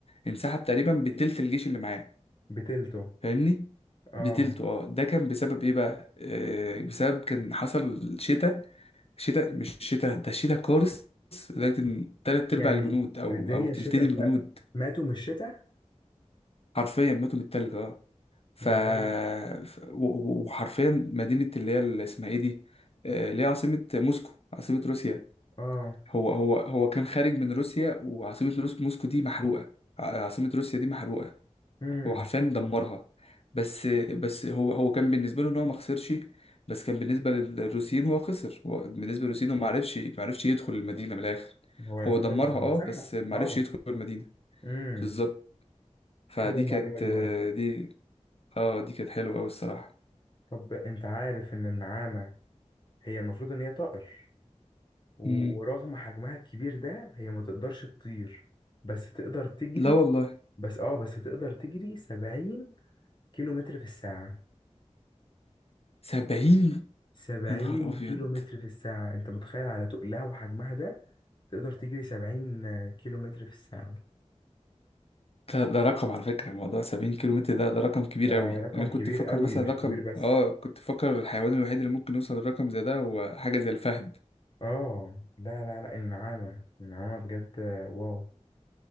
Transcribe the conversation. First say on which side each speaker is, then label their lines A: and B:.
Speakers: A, on the left; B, on the left.
A: انسحب تقريبا بتلت الجيش اللي معاه
B: بتلته
A: فاهمني؟
B: اه
A: بتلته اه ده كان بسبب ايه بقى؟ آه بسبب كان حصل شتاء شتاء مش شتاء ده شتاء قارس لدرجة ان تلات أرباع
B: يعني
A: الجنود أو
B: الدنيا
A: أو تلتين
B: شتاء
A: الجنود
B: ماتوا من الشتاء
A: حرفيا ماتوا من التلج اه ف...
B: يا لهوي
A: ف... و- و- وحرفيا مدينة اللي هي اللي اسمها ايه دي؟ آه، اللي هي عاصمة موسكو عاصمة روسيا
B: اه
A: هو هو هو كان خارج من روسيا وعاصمة روس موسكو دي محروقة ع- عاصمة روسيا دي محروقة
B: امم
A: هو حرفيا دمرها بس بس هو هو كان بالنسبة له ان هو ما خسرش بس كان بالنسبة للروسيين هو خسر هو بالنسبة للروسيين هو ما عرفش ما عرفش يدخل المدينة من الآخر
B: هو يعتبر
A: هو دمرها
B: بيتسحب
A: اه بس ما
B: اه
A: عرفش يدخل المدينة
B: امم
A: بالظبط فدي
B: حلوة المعلومة
A: كانت
B: دي برضو
A: دي اه دي كانت حلوة أوي الصراحة
B: طب انت عارف ان النعامة هي المفروض ان هي طائر و-
A: مم.
B: ورغم حجمها الكبير ده هي ما تقدرش تطير بس تقدر تجري
A: لا والله
B: بس اه بس تقدر تجري 70 كيلو متر في الساعة
A: سبعين
B: 70
A: يا نهار أبيض
B: كيلو متر في الساعة انت متخيل على تقلها وحجمها ده تقدر تجري 70 كيلو متر في الساعة
A: ده, ده رقم على فكرة موضوع 70 كيلو متر ده ده رقم كبير
B: ده
A: قوي
B: رقم
A: أنا كنت
B: كبير
A: بفكر
B: قوي
A: مثلا
B: مش
A: رقم
B: كبير بس
A: آه كنت بفكر الحيوان الوحيد اللي ممكن يوصل لرقم زي ده هو حاجة زي الفهد
B: اه لا لا لا النعامة النعامة بجد آه، واو